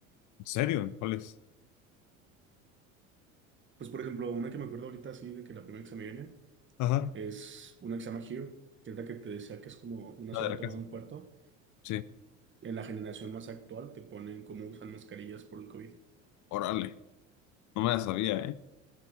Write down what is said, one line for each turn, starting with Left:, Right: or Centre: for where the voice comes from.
Left: ¿En serio? ¿Cuál es?
Right: Pues, por ejemplo, una que me acuerdo ahorita, así, de que la primera que se me viene
Left: Ajá.
Right: es una que se llama Here, que es la que te decía que es como una
Left: La
Right: sola
Left: de la
Right: toma
Left: casa.
Right: de un cuarto.
Left: Sí.
Right: En la generación más actual te ponen cómo usan mascarillas por el COVID.
Left: Órale. No me la sabía, ¿eh?